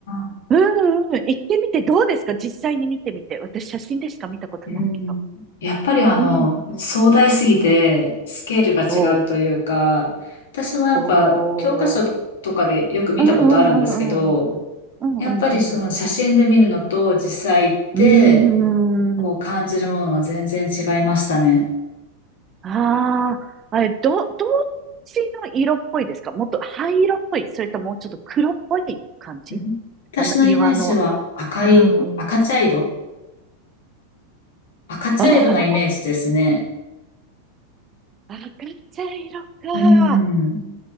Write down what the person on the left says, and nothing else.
あ、
うん。やっぱりあの、
壮大すぎて、
スケールが違うというか、
私はやっぱ、
教科書とかでよく見たことあるんですけど、
やっぱりその写真で見るのと実際行って、
こう感じるものは全然違いましたね。
うん私のイメージは赤い、
赤茶色赤茶色なイメージですね。
うん。